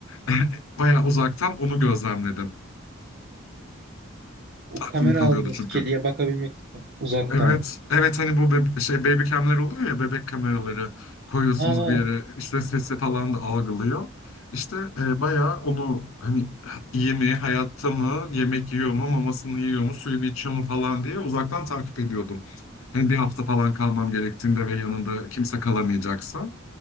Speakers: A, on the left (about 80°); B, on the right (about 50°).
A: <laughs> Bayağı uzaktan onu gözlemledim.
B: O
A: Aklım
B: kamera
A: kalıyordu
B: aldınız
A: çünkü.
B: kediye bakabilmek için uzaktan.
A: Evet, evet hani bu bebe- şey baby cam'ler oluyor ya bebek kameraları koyuyorsunuz
B: Aa,
A: bir yere işte sesi falan da algılıyor. İşte e, bayağı onu hani iyi mi, hayatta mı, yemek yiyor mu, mamasını yiyor mu, suyunu içiyor mu falan diye uzaktan takip ediyordum. Hani bir hafta falan kalmam gerektiğinde ve yanında kimse kalamayacaksa.